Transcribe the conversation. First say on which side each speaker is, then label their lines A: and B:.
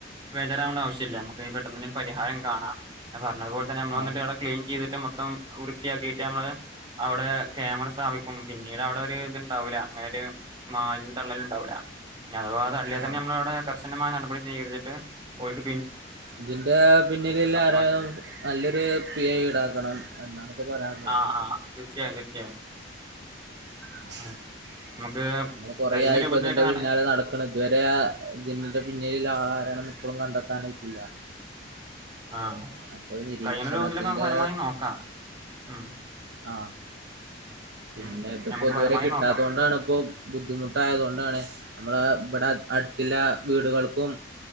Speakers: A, on the right; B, on the right.
A: ബേജാറാവേണ്ട ആവശ്യമില്ല നമ്മുക്ക് പെട്ടന്ന് പരിഹാരം കാണാം അ അതുപോല തന്നെ നമ്മൾ വന്നിട്ടവിടെ
B: ആ
A: ക്ലീൻ ചെയ്ട്ട് മം വൃത്തിയാക്കിയിട്ട് നമ്മള് അവിടെ ക്യാമറ സ്ഥാപിക്കും, പിന്നീട് അവിടെ ഒരു ഇ ണ്ടവുല അങ്ങനൊരു മാലിന്യം തള്ളലുണ്ടാവില്ല, അഥവാ തള്ളിയാൽ തന്നെ
B: ആഹ്
A: നമ്മളവിടെ മായ നടപടി സ്വീകരിച്ചിട്ട് ഓൽക്
B: ഇതിന്റെ പിന്നിൽ ആരായാലും
A: മാറ്റും
B: നല്ലൊരു പിഴ ഈടാക്കണം എന്നാണ് ഇപ്പെ പറയാനുള്ളത്.
A: ആആ തീർച്ചയായും തീർച്ചയായും.
B: <unintelligible>
A: ഉം നമുക്ക്
B: നമ്മള് കൊറേയായി
A: കഴിയുന്ന
B: ഇപ്പ
A: രൂപത്തിലൊക്കെ
B: ഇതിന്റെ
A: നട
B: പിന്നാലെ നടകക്കണ് ഇതുവരെ ഇതിന്റെ പിന്നില ആള ആരാണ് എന്ന് ഇപ്പോളും കണ്ടെത്താനായിട്ടില്ല.
A: ആഹ
B: അപ്പൊ നിരീക്ഷണത്തിന്റെ
A: കയ്യണരൂപത്തിലൊക്കെ നമ്മക്ക് പരമാവതി നോക്കാ ഉം.
B: ആഹ പിന്നെ
A: ഉം
B: ഇത്
A: നമുക്ക്
B: <unintelligible>
A: പരമാവധി
B: വരെ കിട്ടാത്ത
A: നോക്കാം
B: തൊണ്ടാപ്പോബുദ്ധിമുട്ടായതോ ണ്ടാണ് നമ്മ മ്മളെ ഇവിടെ അടുത്തില്ല വീടുകൾക്കും